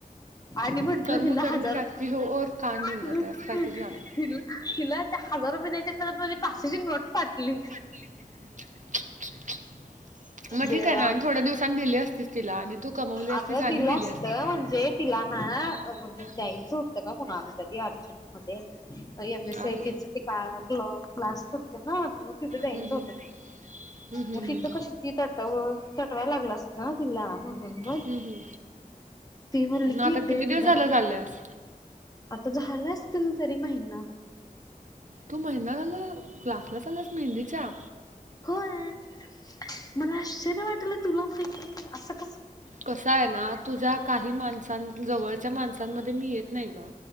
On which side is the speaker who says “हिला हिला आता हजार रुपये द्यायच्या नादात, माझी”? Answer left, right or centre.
Left